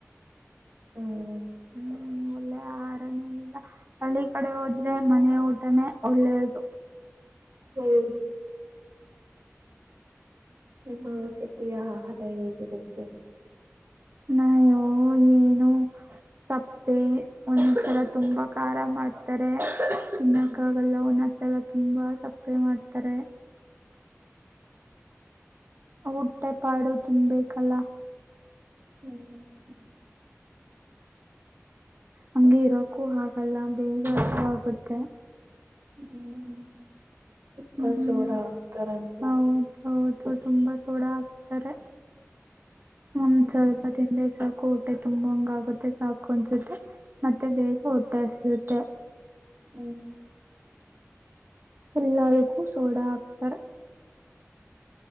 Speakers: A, on the right; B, on the right.
A: ಹ್ಮ್
B: ಹ್ಮ್ ಒಳ್ಳೆ ಆಹಾರಾನೇ ಇಲ್ಲ ಹಳ್ಳಿ ಕಡೆ ಹೋದ್ರೆ ಮನೆ ತಾನೆ ಒಳ್ಳೆಯದು
A: ಹ್ಮ್ ನಿಮ್ಮ ವಸ್ಯತಿಯ ಆಹಾರ ಹೇಗಿರುತ್ತೆ
B: ನಾಯೋ ಏನು ಸಪ್ಪೆ ಒಂದೊಂದ್ಸಲ ತುಂಬಾ ಖಾರ ಮಾಡ್ತಾರೆ ತಿನ್ನಕ್ಕಾಗಲ್ಲ
A: ಹ್ಮ್
B: ಒಣಸ ಎಲ್ಲ ತುಂಬಾ ಸಪ್ಪೆ ಮಾಡ್ತಾರೆ ಊಟ್ಟೆ ಪಾಡು ತಿನ್ಬೇಕಲ್ಲ
A: ಹ್ಮ್
B: ಹಂಗೆ ಇರೋಕ್ಕೂ ಹಾಗಲ್ಲ ಬೇಗ ಹಸು ಆಗುತ್ತೆ
A: ಹ್ಮ್ ತುಪ್ಪ
B: ಹ್ಮ್
A: ಸೋಡಾ ಆಗ್ತರ ಅನ್ಸುತ್ತೆ
B: ಹೌದೌದು ತುಂಬಾ ಸೋಡ ಹಾಕ್ತಾರೆ ಒಂದ್
A: ಹ್ಮ್
B: ಸ್ವಲ್ಪ ತಿಂಡ ಸಾಕು ಹೊಟೆ ತುಂಬ ಹಂಗ ಆಗುತ್ತೆ ಸಾಕು ಅನ್ಸುತ್ತೆ ಮತ್ತೆ ಬೇಗ ಹೊಟ್ಟೆ ಹ ಸಿಯುತ್ತೆ
A: ಹ್ಮ್
B: ಎಲ್ಲದಕ್ಕೂ ಸೋಡಾ ಹಕ್ತಾರೆ